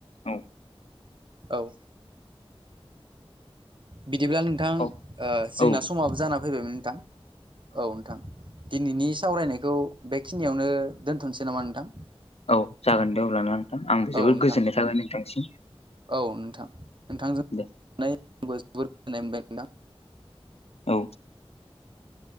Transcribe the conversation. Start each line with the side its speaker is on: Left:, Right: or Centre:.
Left: औ
Right: औ बिदिब्ला नोंथां ओ
Left: औ
Right: जोंना
Left: औ
Right: समाबो जाना फैबायमोन नोंथां औ नोंथां दिनैनि सावरायनायखौ बेखिनियावनो दोनथ'नोसै नामा नोंथां
Left: औ जागोन दे अब्लाना नोंथां आंबो
Right: औ
Left: जोबोद
Right: नोंथां
Left: गोजोन्नाय थागोन नोंथांसिम
Right: औ नोंथां नोंथांजों
Left: दे
Right: आंबो जोबोर गोजोनाय मोनबाय नोंथां
Left: औ